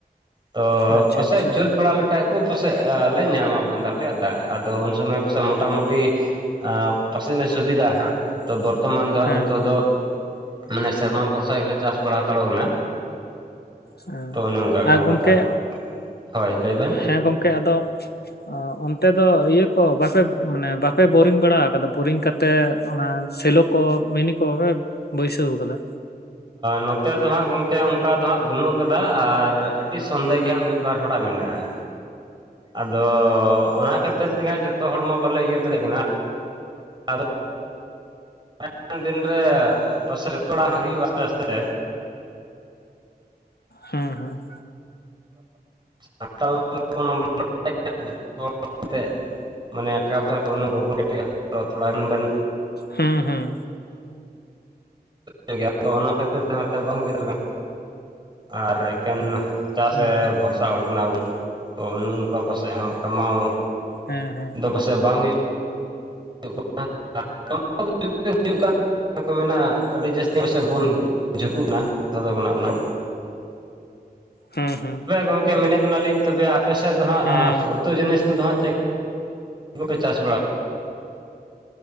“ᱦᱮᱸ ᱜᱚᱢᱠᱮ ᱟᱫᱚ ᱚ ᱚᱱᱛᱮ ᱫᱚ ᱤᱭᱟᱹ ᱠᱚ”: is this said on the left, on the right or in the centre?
Left